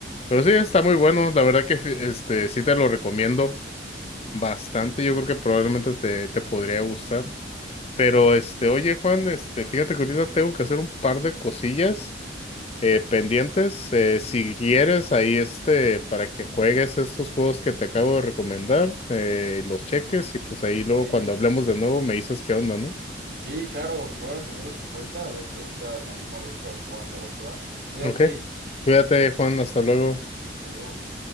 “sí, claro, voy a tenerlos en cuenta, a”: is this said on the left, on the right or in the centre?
Right